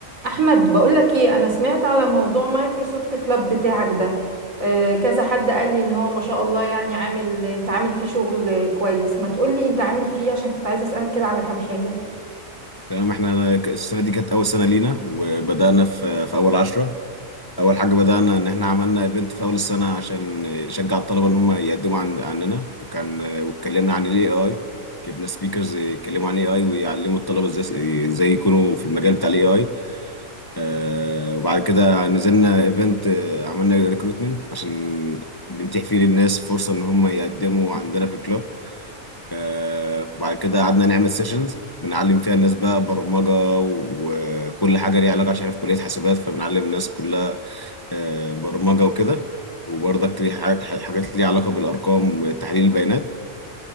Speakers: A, on the right; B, on the left.
A: احمد بقولك ايه انا سمعت على موضوع مايكروسوفت كلاب بتاعك ده آه، كذا حد قال لي ان هو ما شاء الله يعني عامل انت عامل فيه شغل كويس ما تقولي انت عامل فيه عشان كنت عايزه اسالك كده على كام حاجه
B: تمام احنا أنا ك- السنة دي كانت أول سنة لينا وبدأنا في في أول عشرة أول حاجة بدأنا إن احنا عملنا إيفنت في أول السنة عشان نشجع الطلبة إن هم يقدموا عن عننا وكان واتكلمنا عن ال AI جبنا سبيكرز يتكلموا عن AI ويعلموا الطلبة ازاي ازاي يكونوا في المجال بتاع ال AI آه وبعد كده نزلنا إيفنت آه، عملنا ريكروتمنت عشان بنتيح فيه للناس فرصة إن هم يقدموا عندنا في الكلاب آه، وبعد كده قعدنا نعمل سيشنز بنعلم فيها الناس بقى برمجة وكل حاجة ليها علاقة عشان أنا في كلية حاسبات فبنعلم الناس كلها آه، برمجة وكده وبرضك ليه حاجات حاجات ليها علاقة بالأرقام وتحليل البيانات